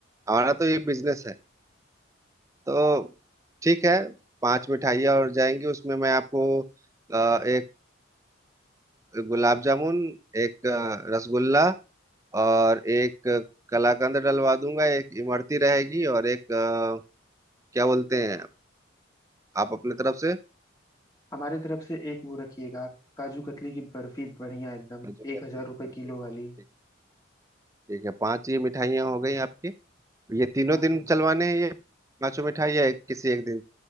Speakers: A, on the right (about 15°); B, on the left (about 20°).
A: हमारा तो ये बिजनेस है तो ठीक है पांच मिठाइयाँ और जाएंगी उसमें मैं आपको अ, एक गुलाब जामुन एक अ, रसगुल्ला और एक कलाकंद डलवा दूंगा एक इमरती रहेगी और एक अ, क्या बोलते हैं आप अपने तरफ से
B: हमारे तरफ से एक वो रखिएगा आप काजू कतली की बर्फी बढ़िया एकदम
A: जो कहते
B: एक हजार
A: हैं
B: रुपए
A: कि इमरती
B: किलो वाली
A: ठीक ठीक है पांच ये मिठाइयाँ हो गई आपकी ये तीनों
B: हाँ
A: दिन चलवाने हैं ये पांचों मिठाइयाँ एक किसी एक दिन